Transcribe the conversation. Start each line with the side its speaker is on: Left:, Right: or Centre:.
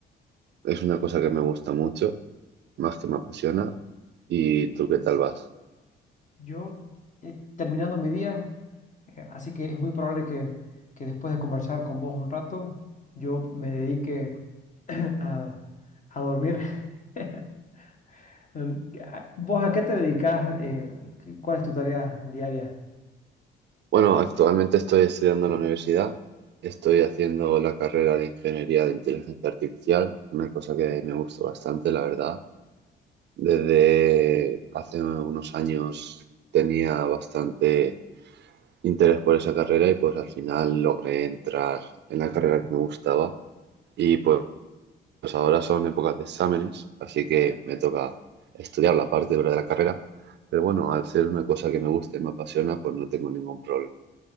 Right: es una cosa que me gusta mucho, más que me apasiona. ¿Y tú qué tal vas?
Left: Yo eh, terminando mi día, eh, así que es muy probable que, que después de conversar con vos un rato, yo me dedique <clears throat> a, a dormir. <laughs> Em, a- ¿Vos a qué te dedicas? eh, qué- ¿cuál es tu tarea diaria?
Right: Bueno, actualmente estoy estudiando en la universidad. Estoy haciendo la carrera de Ingeniería de Inteligencia Artificial, una cosa que me gusta bastante, la verdad. Desde hace unos años tenía bastante interés por esa carrera y pues al final logré entrar en la carrera que me gustaba. Y pues, pues ahora son épocas de exámenes, así que me toca estudiar la parte dura de la carrera. Pero bueno, al ser una cosa que me gusta y me apasiona, pues no tengo ningún problema